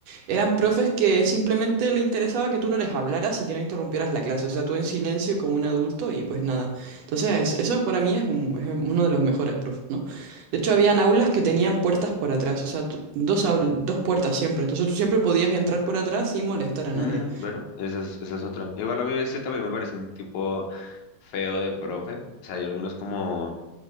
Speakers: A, on the right; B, on the left.
A: Eran profes que simplemente le interesaba que tú no les hablaras y que no interrumpieras la clase, o sea, tú en silencio como un adulto y pues nada. Entonces, eso para mí es, un- es uno de los mejores profes, ¿no? De hecho, habían aulas que tenían puertas por atrás, o sea, tú- dos, aul- dos puertas siempre. Entonces, tú siempre podías entrar por atrás sin molestar a
B: Mm,
A: nadie.
B: bueno, esa es, esa es otra. Igual a mí ese también me parece un tipo feo de profe. O sea, hay algunos como